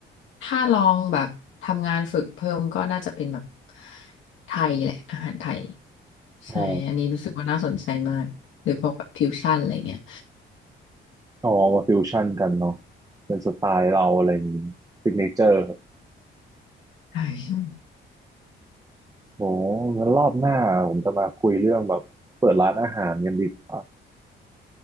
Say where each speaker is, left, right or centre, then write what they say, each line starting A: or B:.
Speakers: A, on the left; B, on the right.
A: ถ้าลองแบบทำงานฝึกเพิ่มก็น่าจะเป็นแบบไทยแหละอาหารไทยใช่อันนี้รู้สึกว่าน่าสนใจมากหรือพวกแบบฟิวชั่นอะไรเงี้ย
B: อ๋อ อ๋อ มาฟิวชั่นกันเนาะเป็นสไตล์เราอะไรอย่างนี้ซิกเนเจอร์
A: ใช่ใช่
B: โอ้งั้นรอบหน้าผมจะมาคุยเรื่องแบบเปิดร้านอาหารกันดีกว่า